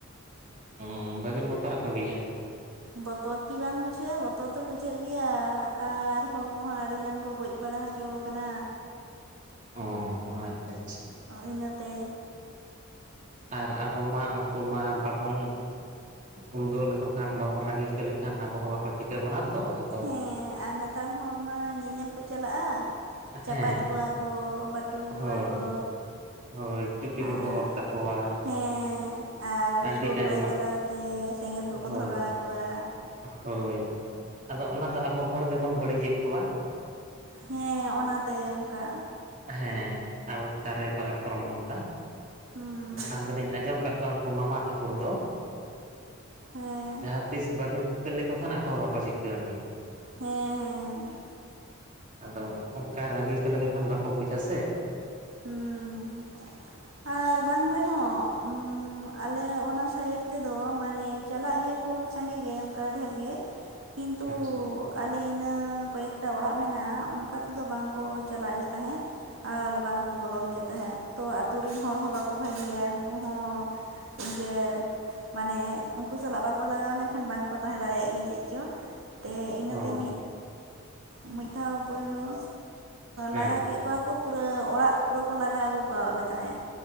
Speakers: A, on the right; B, on the right.
A: ᱚᱻ ᱵᱟᱹᱵᱤᱱ ᱵᱚᱛᱚᱨᱟ ᱠᱚᱜᱮᱭᱟ
B: ᱵᱚᱛᱚᱨ ᱠᱤ ᱵᱟᱝ ᱵᱩᱡᱷᱟᱹᱜᱼᱟ ᱵᱚᱛᱚᱨ ᱫᱚ ᱵᱩᱡᱷᱟᱹᱜ ᱜᱮᱭᱟ ᱟᱨ ᱦᱚᱲ ᱠᱚᱦᱚᱸ ᱟᱹᱰᱤ ᱜᱟᱱ ᱠᱚ ᱜᱚᱡ ᱵᱟᱲᱟ ᱦᱚᱪᱚ ᱠᱟᱱᱟ
A: ᱚ ᱟᱪᱪᱷᱟ ᱟᱪᱪᱷᱟ
B: ᱤᱱᱟᱹᱛᱮ
A: ᱟᱨ ᱟᱵᱚ ᱢᱟ ᱩᱱᱠᱩ ᱢᱟ ᱵᱟᱵᱚᱱ ᱩᱲᱽᱜᱟᱹᱣ ᱞᱮᱠᱚ ᱠᱷᱟᱱ ᱵᱟᱵᱚᱱ ᱨᱟᱹᱜᱤ ᱦᱚᱪᱚ ᱞᱮᱠᱷᱟᱱ ᱟᱵᱚ ᱦᱚᱸ ᱵᱟᱠᱚ ᱪᱤᱠᱟᱹ ᱵᱚᱱᱟ ᱛᱚ ᱟᱫᱚ
B: ᱦᱮᱸ ᱟᱨ ᱱᱮᱛᱟᱨ ᱦᱚᱲ ᱢᱟ ᱧᱮᱧᱮᱞ ᱠᱚ ᱪᱟᱞᱟᱜᱼᱟ ᱪᱟᱯᱟᱫ
A: ᱦᱮᱸ
B: ᱠᱚᱣᱟ ᱠᱚ ᱵᱟᱹᱴᱩᱞ
A: ᱦᱳᱭ
B: ᱠᱚᱣᱟ ᱠᱚ
A: ᱦᱳᱭ ᱪᱩᱯᱤ ᱠᱚᱠᱚ
B: ᱟᱨ
A: ᱚᱨ ᱛᱟᱠᱚᱣᱟ
B: ᱦᱮᱸ ᱟᱨ
A: ᱟᱹᱰᱤ
B: ᱥᱩᱨ
A: ᱟᱭᱢᱟ
B: ᱨᱮ ᱪᱟᱞᱟᱣ ᱛᱮ ᱥᱮᱸᱜᱮᱞ ᱠᱚᱠᱚ
A: ᱦᱳᱭ
B: ᱫᱷᱚᱨᱟᱣ ᱟᱠᱚᱣᱟ
A: ᱦᱳᱭ ᱟᱫᱚ ᱚᱱᱟ ᱫᱚ ᱟᱵᱚ ᱦᱚᱲ ᱜᱮᱵᱚᱱ ᱵᱟᱹᱲᱤᱡᱮᱫ ᱠᱚᱣᱟ
B: ᱦᱮᱸ ᱚᱱᱟᱛᱮ ᱚᱱᱠᱟ
A: ᱦᱮᱸ ᱟᱵᱚ ᱪᱮᱛᱟᱱ ᱨᱮᱠᱚ ᱟᱠᱨᱚᱢᱚᱱ ᱫᱟ
B: <unintelligible>
A: ᱵᱟᱠᱷᱟᱱ ᱫᱚᱞᱤᱧ ᱟᱸᱡᱚᱢ ᱟᱠᱟᱫ ᱠᱚᱣᱟ ᱩᱱᱠᱩ ᱢᱟᱢᱟ ᱴᱷᱟᱟᱹᱠᱩᱨ ᱫᱚ
B: ᱦᱮᱸ
A: ᱡᱟᱦᱟᱸ ᱛᱤᱥ ᱵᱟᱵᱤᱱ ᱪᱤᱠᱟᱹ ᱞᱮᱠᱚ ᱠᱷᱟᱱ ᱟᱠᱚ ᱦᱚᱸ ᱵᱟᱠᱚ ᱪᱤᱠᱟᱹᱣᱟᱱᱤᱡᱼᱟ ᱾
B: ᱦᱮᱸ ᱦᱮᱸ
A: ᱟᱫᱚ ᱚᱱᱠᱟ ᱨᱟᱹᱜᱤ ᱦᱚᱪᱚ ᱞᱮᱠ ᱠᱷᱟᱱ ᱵᱟᱠᱚ ᱵᱩᱡᱟ ᱥᱮ
B: ᱦᱩᱸ
A: <inaudible>
B: ᱟᱨ ᱵᱟᱝ ᱨᱮᱦᱚᱸ ᱟᱞᱮ ᱚᱱᱟ ᱥᱟᱭᱤᱰ ᱛᱮᱫᱚ ᱢᱟᱱᱮ ᱪᱟᱞᱟᱜ ᱜᱮᱭᱟ ᱠᱚ ᱥᱟᱸᱜᱮ ᱜᱮ ᱚᱱᱠᱟ ᱰᱷᱮᱨ ᱜᱮ
A: <inaudible>
B: ᱠᱤᱱᱛᱩ
A: ᱟᱪᱪᱷᱟ
B: ᱟᱞᱮ ᱤᱱᱟᱹ ᱠᱚᱭᱮᱠᱴᱟ ᱚᱲᱟᱜ ᱢᱮᱱᱟᱜᱼᱟ ᱚᱱᱠᱟ ᱛᱮᱫᱚ ᱵᱟᱝᱠᱚ ᱪᱟᱞᱟᱜ ᱜᱮ ᱛᱟᱦᱮᱸᱫ ᱟᱨ ᱵᱟᱝᱠᱚ ᱵᱚᱞᱚᱱ ᱜᱮ ᱛᱟᱦᱮᱸᱫ᱾ ᱛᱚ ᱟᱛᱳ ᱨᱮᱱ ᱦᱚᱲ ᱦᱚᱸ ᱵᱟᱠᱚ ᱵᱷᱟᱹᱜᱤᱭᱟ ᱩᱱᱠᱩ ᱦᱚᱸ ᱤᱱᱠᱟᱹ ᱢᱟᱱᱮ ᱩᱱᱠᱩ ᱥᱟᱞᱟᱜ ᱵᱟᱠᱚ ᱞᱟᱜᱟᱣ ᱞᱮᱱᱠᱷᱟᱱ ᱵᱟᱝᱠᱚ ᱛᱟᱦᱮᱸ ᱫᱟᱲᱮᱭᱟᱜ ᱜᱮᱭᱟ ᱪᱮᱫ ᱪᱚ ᱛᱮ ᱤᱱᱟᱹᱛᱮ
A: ᱚ
B: ᱢᱤᱫ ᱫᱷᱟᱣ ᱯᱳᱭᱞᱳ
A: ᱦᱮᱸ
B: ᱞᱟᱜᱟ ᱠᱮᱫ ᱠᱚᱣᱟ ᱠᱚ ᱯᱩᱨᱟᱹ ᱚᱲᱟᱜ ᱯᱩᱨᱟᱹ ᱠᱚ ᱞᱟᱜᱟᱣ ᱟᱹᱜᱩ ᱠᱟᱣᱞᱮ ᱛᱟᱦᱮᱸᱫ᱾